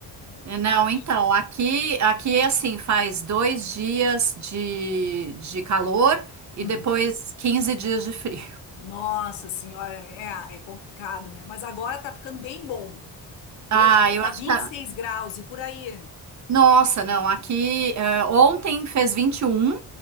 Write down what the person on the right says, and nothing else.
é, não,
então, aqui, aqui assim, faz dois dias de, de calor e
depois 15 dias de frio.
Ah,
eu
acho
que
Nossa, não, aqui eh, ontem fez 21,